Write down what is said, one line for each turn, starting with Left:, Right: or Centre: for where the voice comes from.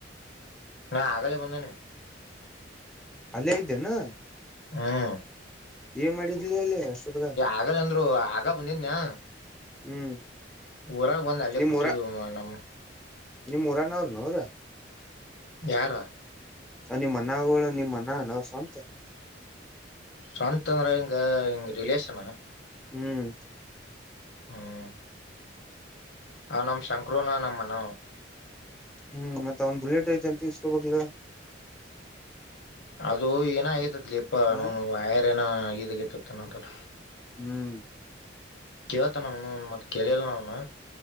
Left: ನಾ ಆಗಲೆ ಬಂದನೆ
Centre: ಅಲ್ಲೇ ಇದ್ದೇನಾ
Left: ಹ್ಮ
Centre: ಏನ್ ಮಾಡಿದ್ಲಿ ಅಲ್ಲೇ ಅಷ್ಟತ್ರರ
Left: ಆಗಲ್ಲ ಆಗ ಬಂದಿದನ್ಯ
Centre: ಹ್ಮ್
Left: ಊರಾಗ ಬಂದ್ ಅಲ್ಲೇ
Centre: ನಿಮ್
Left: ಕೂತಿದ
Centre: ಊರ
Left: ಮ ನಮ್
Centre: ನಿಮ್ ಉಊರಾನ ಅವರುನು ಅವ್ರ
Left: ಯಾರಾ
Centre: ಅ ಮನಗಳುಳ ನಿ ಮನ ನ ಸವಂತ
Left: ಶಾಂತ ಅಂದ್ರ ಹಂಗ ಹಂಗ ರರಿಲೇಷನ್
Centre: ಹ್ಮ್
Left: ಹ್ಮ್ ಆ ನ ಶಂಕರುೋನಾಾನಮ್ಮನ
Centre: ಹ್ಮ್ ಮತ್ತ ಅವನ್ ಬುಲೆಟ್ ಐತೆ ಅಂತಸ್ಕೊಬಕ್ಲ
Left: ಅದು ಏನ ಆಗತತ್ ಲಪ
Centre: ಹ
Left: ವಯರ್ ಏನ ಇದಗತತ್ನಂತಾರ
Centre: ಹ್ಮ್
Left: ಕವತ ನವುನು ಮ ಕೇಳಲ್ಲ ನವುನು